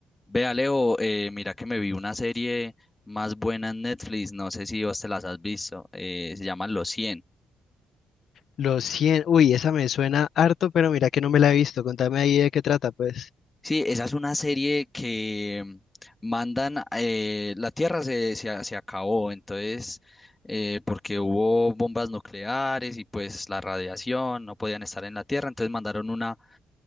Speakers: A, on the left; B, on the left.
A: Vea, Leo, eh, mira que me vi una serie más buena en Netflix, no sé si vos te las has visto, eh, se llaman Los Cien.
B: Los 100 uy, esa me suena harto, pero mira que no me la he visto. Contame ahí de qué trata, pues.
A: Sí, esa es una serie que mm, mandan, eh, la Tierra se, se, a- se acabó, entonces, eh, porque hubo bombas nucleares y pues la radiación, no podían estar en la Tierra, entonces mandaron una